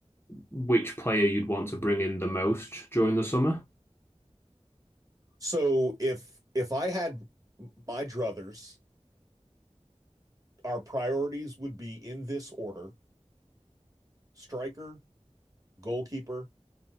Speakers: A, on the left; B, on the right.
A: which player you'd want to bring in the most during the summer.
B: So if if I had my druthers, our priorities would be in this order: striker, goalkeeper,